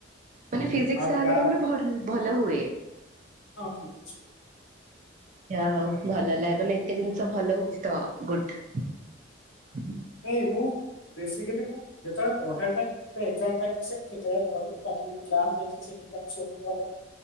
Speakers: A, on the right; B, on the left.
A: ମାନେ ଫିଜିକ୍ସ
B: ଆଉ
A: ତାହଲେ
B: ବା-
A: ତମର ଭଲ ଭଲ ହୁଏ।
B: ହଁ ଫିଜିକ୍ସ। ଲାଗେ।
A: ଜା ହଉ ଭଲ ହେଲା ମାନେ ଏତେ ଜିନିଷ ଭଲ ହଉଚି ତ ଗୁଡ।
B: ଏଇ ଠୁ। ବେସିକାଲି ଯେତେବେଳେ ପଢା ଟାଇମ୍ ଯେତେବେଳେ ଏଗଜାମ୍ ଟାଇମ୍ ଆସେ ମୁଁ ସେତେବେଳେ ପଢ଼ିବି ତାପରେ ଯାଇ କ୍ଲାସ୍ ସେତିକିଟା ଶୁଣିଲି ଭଲ